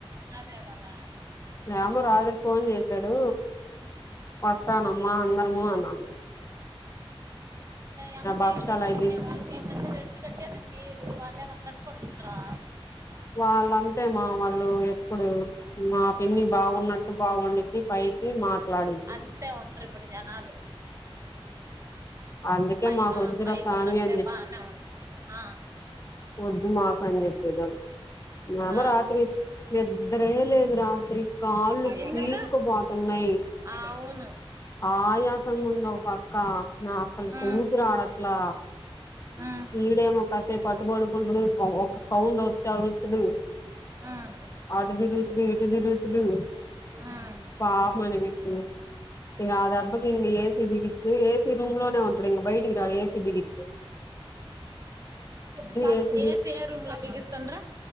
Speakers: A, on the right; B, on the left.
A: అదే గదా
B: ఏమో రాత్రి ఫోన్ చేసాడు వస్తానమ్మా
A: ఉమ్.
B: అందరము అనని
A: ఏం తిల్లు
B: భక్షాలు
A: తీసుకుంటే
B: అవి తీసుకు
A: వాళ్ళు ఏం రెంటు కట్టేది మీరు వాల్లేమన్నా కట్టుకుంటున్నరా
B: వాళ్ళంతే మా వాళ్ళు ఎప్పుడు మా పిన్ని
A: ఆ
B: బాగున్నట్టు బాగుండిద్ది పైకి మాట్లాడి
A: ఉంటే ఉంటరు ఇప్పుడు జనాలు
B: అందుకే
A: పైన
B: మాకు వద్దురా
A: పైకున్నట్టే
B: స్వామి అని చెప్పి
A: బానే ఉంటది ఆ
B: వద్దు మాకని చెప్పేదమ ఏమో
A: ఆ
B: రాత్రి నిద్రే లే రాత్రి కాళ్ళు
A: ఎందుకు
B: పీక్కపోతున్నాయ్
A: ఆ అవును
B: ఆయాస్ నీరసంగుందో పక్క నా అసల
A: ఉమ్
B: కూపిరాడట్లా
A: ఉమ్
B: ఈడేమో కాసేపటూ పడుకుంటడు ఒక సౌండోస్తే అరుస్తడు
A: ఉమ్
B: అటు తిరుగుతుడు ఇటు తిరుగుతుడు
A: ఉమ్ ఉమ్
B: పాపమణిపిచ్చింది ఇగ ఆ దెబ్బక్ ఏ సీ బిగించి ఏ సీ రూమ్ లోనే ఉంటడు ఇంక బయటికి రాడు ఏ సీ బిగిస్తే
A: ఉమ్
B: AC
A: A C A room లో బిగిస్తుంరు